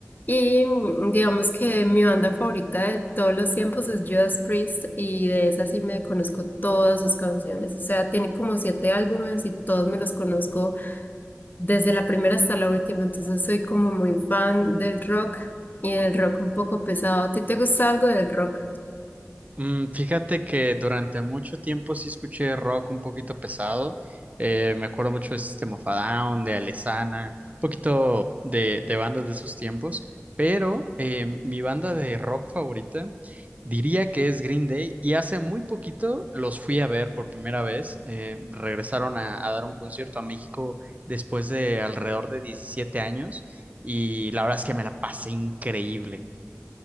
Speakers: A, on the left (about 40°); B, on the right (about 30°).
A: Y mm, digamos que mi banda favorita de todos los tiempos es Judas Priest y de esa sí me conozco todas sus canciones. O sea, tiene como siete álbumes y todos me los conozco desde la primera hasta la última. Entonces soy como muy fan del rock y del rock un poco pesado. ¿A ti te gusta algo del rock?
B: Mm, Fíjate que durante mucho tiempo sí escuché rock un poquito pesado. Eh, me acuerdo mucho de System of a Down, de Alesana, un poquito de, de bandas de esos tiempos. Pero eh, mi banda de rock favorita diría que es Green Day. Y hace muy poquito los fui a ver por primera vez. Eh, regresaron a, a dar un concierto a México después de alrededor de 17 años. Y la verdad es que me la pasé increíble.